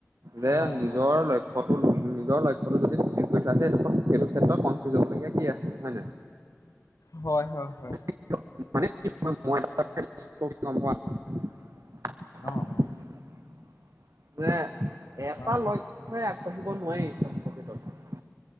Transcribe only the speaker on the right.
যে
নিজৰ
লক্ষ্যটো নিজৰ লক্ষ্যটো যদি স্থিৰ কৰি থোৱা আছে এইডোখন সেইটো ক্ষেত্ৰত কনফিউজ হ'বলগীয়া কি আছে হয়নে।
<unintelligible> <unintelligible> যে এটা লক্ষ্যৰে
আগ ৰাখিব নোৱাৰি
ফাষ্ট পকেটত।